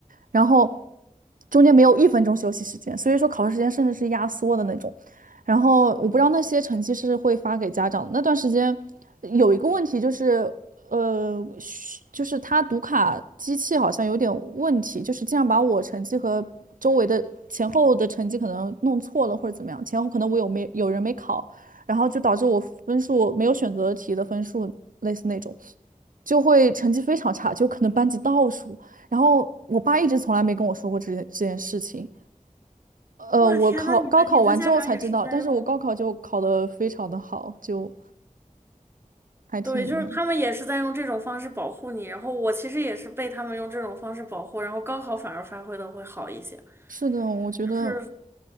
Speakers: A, on the right; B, on the right.
A: 然后中间没有一分钟休息时间，所以说考试时间甚至是压缩的那种。然后我不知道那些成绩是会发给家长的那段时间有一个问题就是，呃，嘘就是他读卡机器好像有点问题，就是经常把我成绩和周围的前后的成绩可能弄错了或者怎么样，前后可能我有没有人没考，然后就导致我分数没有选择题的分数类似那种，就会成绩非常差，就可能班级倒数。然后我爸一直从来没跟我说过这件这件事情。呃，
B: 我天呐，
A: 我考高考完之后才知道，
B: 你的你的家长也是在用，
A: 但是我高考就考得非常的好，就还挺那个。
B: 对，就是他们也是在用这种方式保护你。然后我其实也是被他们用这种方式保护，然后高考反而发挥的会好一些。
A: 是的，我觉得
B: 就是